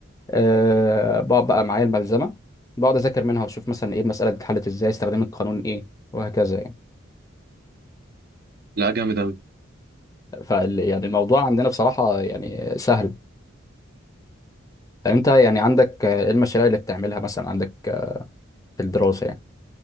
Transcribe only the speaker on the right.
لا جامد قوي